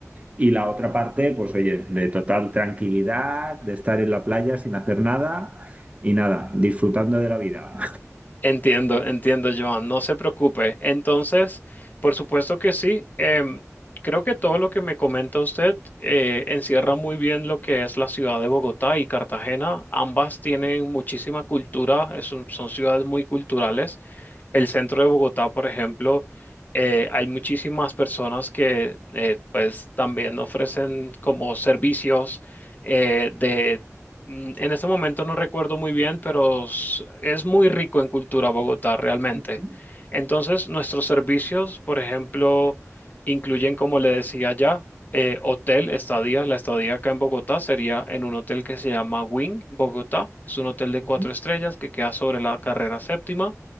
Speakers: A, on the right; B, on the left.
A: y la otra parte, pues oye, de total tranquilidad, de estar en la playa sin hacer nada y nada, disfrutando de la vida.
B: Entiendo, entiendo, Joan, no se preocupe. Entonces, por supuesto que sí. em, creo que todo lo que me comenta usted eh, encierra muy bien lo que es la ciudad de Bogotá y Cartagena. Ambas tienen muchísima cultura, es un- son ciudades muy culturales. El centro de Bogotá, por ejemplo, eh, hay muchísimas personas que eh, pues también ofrecen como servicios eh, de Mm, En este momento no recuerdo muy bien, pero s- es muy rico en cultura Bogotá realmente.
A: Ujú,
B: Entonces, nuestros servicios, por ejemplo, incluyen, como le decía ya, eh, hotel, estadía. La estadía acá en Bogotá sería en un hotel que se llama Wing Bogotá. Es un hotel de
A: ujú,
B: cuatro estrellas que queda sobre la carrera séptima,